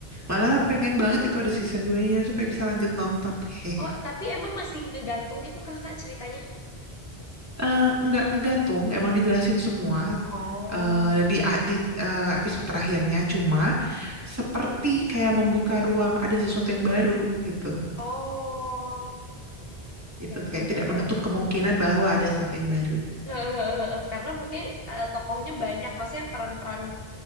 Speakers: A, on the right (about 15°); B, on the left (about 65°).
A: Malah pengen banget itu ada season 2-nya supaya bisa lanjut nonton. <laughs> Hehehe.
B: Oh, tapi emang masih ngegantung gitu kakak ceritanya?
A: Eh, nggak ngegantung, emang dijelasin semua
B: Oh.
A: eh, di di eh, episode terakhirnya, cuma seperti kayak membuka ruang ada sesuatu yang baru gitu.
B: Oh.
A: Gitu
B: Ya ampun.
A: kayak tidak
B: Oke,
A: menutup
B: aku
A: kemungkinan bahwa ada sesuatu yang baru.
B: <laughs>
A: Ya,
B: Hehehe, Karena mungkin eh, tokohnya banyak, maksudnya peran-peran